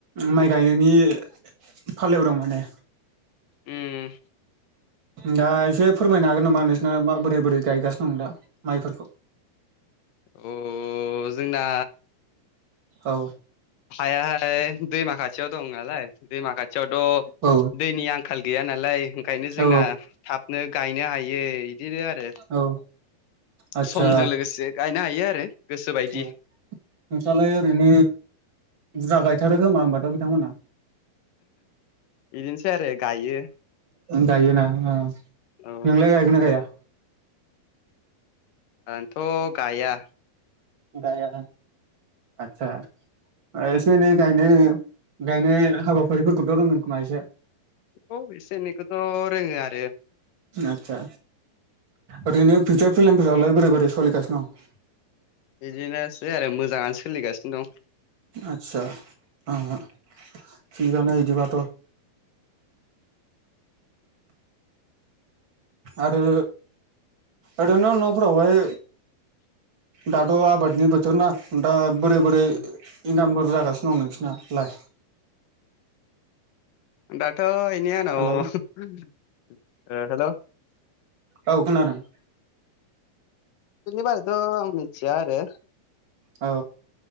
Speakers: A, on the right (about 45°); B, on the left (about 70°).
A: माइ गायनायनि फालायाव दों माने
B: ओम
A: दा एसे फोरमायनो हागोन नामा नोंसिरना बोरै बोरै गायगासिनो दं दा माइफोरखौ
B: अ जोंना
A: औ
B: हाया लाय दैमा खाथियाव दं नालाय दैमा खाथियावथ
A: औ
B: दैनि आंखाल गैया नालाय ओंखायनो जोंना
A: औ
B: थाबनो गायनो हायो इदिनो आरो
A: औ आतसा
B: समजों लोगोसे गायनो हायो आरो गोसोबायदि
A: औ नोंस्रालाय ओरैनो बुरजा गायथारो खोमा होमबाथ बिथांमोना
B: बिदिनोसै आरो गायो
A: गायोना ओं
B: औ
A: नोलाय गायगोना गाया
B: आंंथ गाया
A: गाया आतसा एसे एनै गायनो गायनाय हाबाफारिफोरखौथ रोंगोन खोमा एसे
B: औ एसे एनैखौथ' रोङो आरो
A: आतसा ओरैनो फिउचार पेलेनफोरालाय बोरै बोरै सोलिगासिनो दं
B: बिदिनोसै आरो मोजाङानो सोलिगासिनो दं
A: आतसा ओ थिगानो बिदिबाथ आरो ओरैनो नफोरावहाय दाथ आबादनि बोथोर ना दा बोरै बोरै
B: दं
A: इनकाम फोर जागासिनो दं नोंसिनालाय
B: दाथ इनि‌ आनाव
A: हेलौ
B: हेलौ
A: औ खनादों
B: बेनि बारिथ आं मोन्थिया आरो
A: औ